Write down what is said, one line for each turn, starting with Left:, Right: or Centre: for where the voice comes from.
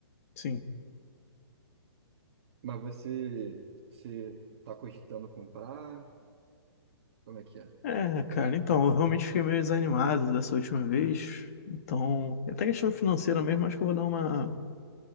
Left: Sim.
Right: Mas você, você tá cogitando comprar? Como é que é?
Left: É, cara, então, eu realmente fiquei meio desanimado dessa última vez. Então, é até questão financeira mesmo, acho que eu vou dar uma,